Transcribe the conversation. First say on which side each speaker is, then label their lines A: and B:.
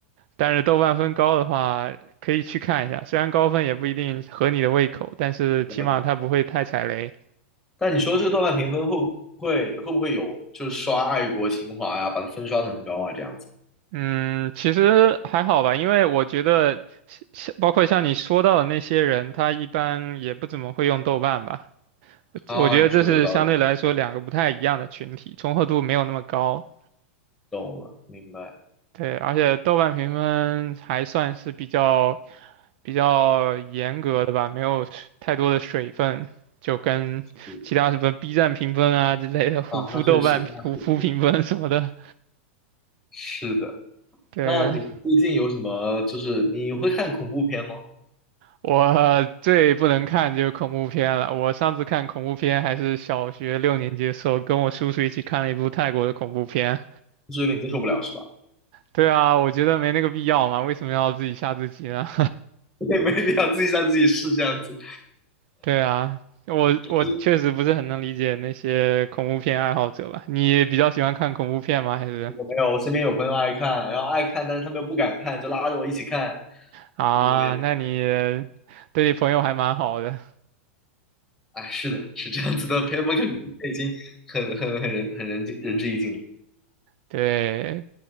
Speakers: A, on the right (about 50°); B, in the centre.
A: 但是豆瓣分高的话，可以去看一下。虽然高分也不一定合你的胃口，但是起码它不会太踩雷。
B: 了但你说这个豆瓣评分会不会会不会有就是刷爱国情怀啊，把它分刷的很高啊这样子
A: 嗯，其实还好吧，因为我觉得像包括像你说到的那些人，他一般也不怎么会用豆瓣吧。
B: 啊？
A: 我觉得这是相对来说两个不太一样的群体，
B: 你说的有道理，
A: 重合度没有那么高。
B: 懂了，明白。
A: 对，而且豆瓣评分还算是比较比较严格的吧，没有太多的水分，就跟其他什么
B: 嗯
A: B 站评分啊之类的、虎扑豆瓣、
B: 啊，那确实，那确实
A: 虎扑评分什么的。
B: 是的。
A: 对，
B: 那你最近有什么就是你会看恐怖片吗？
A: 我最不能看就是恐怖片了。我上次看恐怖片还是小学六年级的时候，跟我叔叔一起看了一部泰国的恐怖片。
B: 就是有点接受不了是吧？
A: 对啊，我觉得没那个必要嘛，为什么要自己吓自己呢？
B: <laughs> 也没必要自己让自己是这样子。
A: 对啊，我我确实不是很能理解那些恐怖片爱好者吧？
B: 就是
A: 你比较喜欢看恐怖片吗？还是
B: 我没有，我身边有朋友爱看，然后爱看，但是他们又不敢看，就拉着我一起看，
A: 啊？
B: 就有点，
A: 那你对你朋友还蛮好的。
B: 哎，是的，是这样子的，陪他们看恐怖片已经很很很人很人尽人至义尽了。
A: 对，